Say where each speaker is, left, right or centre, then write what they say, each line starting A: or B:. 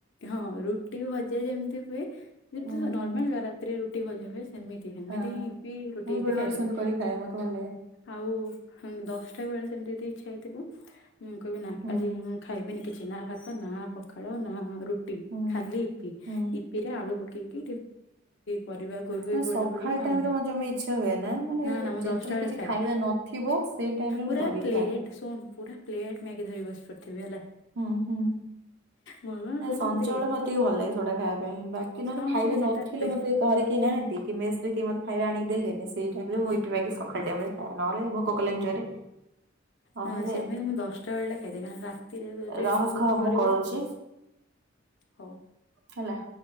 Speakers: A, on the left; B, on the right.
A: ହଁ ରୁଟି, ଭଜା ଯେମିତି ହୁଏ ଯେମିତି
B: ହୁଁ
A: ତ ନର୍ମାଲ
B: ହୁଁ
A: ରାତିରେ ରୁଟି, ଭଜା ହୁଏ ସେମିତି, ସେମିତି
B: ହଁ
A: ହିଁ ୟିପି, ରୁଟି
B: ମୁଁ ବେଳେବେଳେ
A: ବି ଖାଇଦେବି।
B: ସେମିତି କରି ଖାଏ ମତେ ଭଲ ଲାଗେ।
A: ଆଉ ଦଶଟା ବେଳେ ସେମିତି ଯଦି ଇଚ୍ଛା ହେଇଥିବ, ମୁଁ କହିବି ନା
B: ହୁଁ
A: ଆଜି ମୁଁ ଖାଇବିନି। କିଛି ନା ଭାତ ନା ପଖାଳ ନା ରୁଟି
B: ହୁଁ
A: ଖାଲି ୟିପି।
B: ହୁଁ
A: ୟିପି ରେ ରେ ଆଳୁ ପକେଇକି ପରିବା କୋବି
B: ନା
A: ପଡିଲା
B: ସକାଳ
A: ପଡିଲା ନହେଲେ
B: ଟାଇମରେ
A: ନାହିଁ
B: ମୋର ଜମା ଇଚ୍ଛା ହୁଏ ନା ମାନେ
A: ନା ମୁଁ
B: ଯେତେବେଳେ
A: ଦଶଟା ବେଳେ
B: କିଛି
A: ଖାଏ
B: ଖାଇବା ନଥିବ ସେଇ ଟାଇମ୍ ରେ ମୁଁ
A: ପୁରା
B: କରିକି
A: ପ୍ଲେଟ୍
B: ଖାଏ।
A: ଶୁଣ ପୁରା ପ୍ଲେଟ ମ୍ୟାଗି ଧରି ବସି ପଡ଼ିଥିବି ହେଲା।
B: ହୁଁ, ହୁଁ।
A: ଭଲ
B: ନା
A: କହୁଛି
B: ସଞ୍ଜବେଳେ
A: ଇପି
B: ମତେ ଟିକେ ଭଲ ଲାଗେ ସେଗୁଡା ଖାଇବା ପାଇଁ। ବାକି ନହେଲେ
A: ହଁ
B: ଖାଇବା
A: ଯେ ସେଟା
B: ନଥିଲେ
A: ଦେଖ
B: ମତେ ଘରେ କେହି ନାହାନ୍ତି କି, ମେସ ରେ କିଏ ଖାଇବା ଆଣିକି ଦେଲେନି ସେଇ ଟାଇମ୍ ରେ ମୁଁ ୟିପି, ମ୍ୟାଗି ସକାଳ ଟାଇମ୍ ରେ ନହେଲେ ଭୋକ କଲାନି ଜୋରେ। ନହେଲେ
A: ନା, ନା, ସେମିତି ମୁଁ ଦଶଟା ବେଳେ ଟା ଖାଇଦିଏ କାରଣ ରାତିରେ ଯଦି
B: ରଖ
A: ଭୋକ କରିବ।
B: ମୁଁ କରୁଛି
A: ହଉ।
B: ହେଲା।